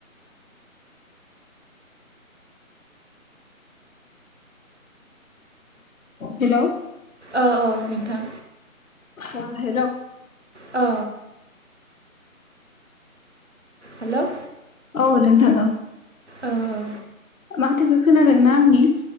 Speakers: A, on the left; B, on the right.
A: हेलौ
B: औ औ नोंथां
A: अ हेल'
B: औ। हेल'
A: औ नोंथां औ।
B: ओ ओ
A: माथोखो खोनादोंना आंनि